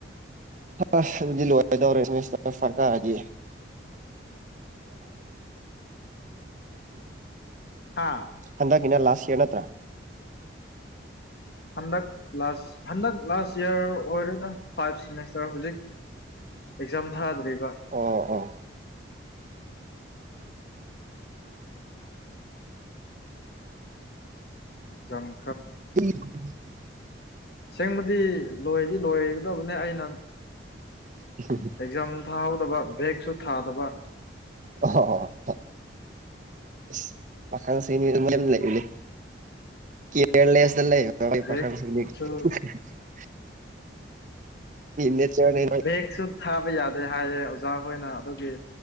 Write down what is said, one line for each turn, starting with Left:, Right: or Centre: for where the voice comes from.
Right: <unintelligible> ꯑꯗꯨꯗꯤ ꯂꯣꯏꯔꯗꯧꯔꯦ ꯁꯤꯃꯤꯁꯇꯔ ꯐꯥꯏꯚ ꯀꯥꯔꯗꯤ꯫ <unintelligible>
Left: ꯍꯥ
Right: ꯍꯟꯗꯛꯀꯤꯅ ꯂꯥꯁ ꯏꯌꯥꯔ ꯅꯠꯇ꯭ꯔꯥ꯫
Left: ꯍꯟꯗꯛ ꯂꯥꯁ ꯍꯟꯗꯛ ꯂꯥꯁ ꯏꯌꯥꯔ ꯑꯣꯏꯔꯦꯗ ꯐꯥꯏꯚ ꯁꯤꯃꯤꯁꯇꯔ ꯍꯧꯖꯤꯛ ꯑꯦꯛꯖꯥꯝ ꯊꯥꯗ꯭ꯔꯤꯕ꯫
Right: ꯑꯣ ꯑꯣ
Left: ꯆꯝ
Right: <unintelligible>
Left: ꯑꯁꯦꯡꯕꯗꯤ ꯂꯣꯏꯗꯤ ꯂꯣꯏꯒꯗꯕꯅꯦ ꯑꯩꯅ
Right: <unintelligible>
Left: ꯑꯦꯛꯖꯥꯝ ꯊꯥꯍꯧꯗꯕ ꯕꯦꯛꯁꯨ ꯊꯥꯗꯕ꯫
Right: ꯑꯍꯣ ꯍꯣꯍꯣ ꯍꯣ꯫ ꯥ ꯑꯁ ꯄꯥꯈꯪꯁꯤꯗꯤ <unintelligible> ꯂꯩꯅꯦ ꯀꯤꯖꯥꯔꯂꯦꯁꯇ ꯂꯩ <unintelligible>
Left: ꯕꯦꯛ
Right: ꯄꯥꯈꯡꯁꯤꯡꯗꯤ <unintelligible>
Left: ꯁꯨ
Right: ꯅꯦꯆꯔꯅ
Left: ꯕꯦꯒꯁꯨ ꯊꯥꯕ ꯌꯥꯗꯦ ꯍꯥꯏꯌꯦꯦ ꯑꯣꯖꯥ ꯍꯣꯏꯅ ꯑꯗꯨꯒꯤ